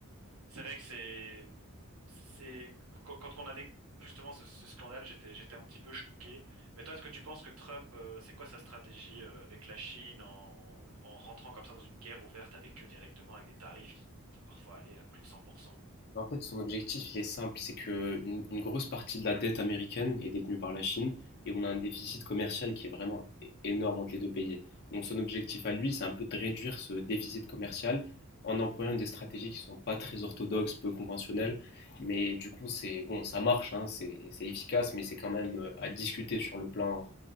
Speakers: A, on the right; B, on the left.
A: c'est vrai que c'est, c'est quand quand on a découvert justement ce, ce scandale, j'étais j'étais un petit peu choqué. Mais toi, est-ce que tu penses que Trump, euh, c'est quoi sa stratégie euh, avec la Chine en, nous- en rentrant comme ça dans une guerre ouverte avec eux directement, avec des tarifs qui sont parfois allés à plus de cent pour cent
B: Bah, En fait, son objectif, il est simple, c'est que une, une grosse partie de la dette américaine est détenue par la Chine et on a un déficit commercial qui est vraiment é- énorme entre les deux pays. Donc son objectif à lui, c'est un peu de réduire ce déficit commercial en employant des stratégies qui sont pas très orthodoxes, peu conventionnelles, mais du coup, c'est bon, ça marche, hein, c'est c'est efficace, mais c'est quand même euh, à discuter sur le plan